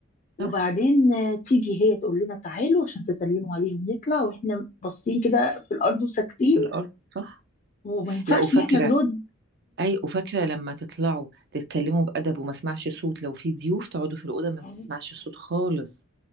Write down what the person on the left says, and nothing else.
وبعدين
آه، تيجي هي تقول لنا تعالوا عشان تسلموا عليهم نطلع واحنا باصين كده في الارض وساكتين
وما ينفعش
ان احنا نرد
مم.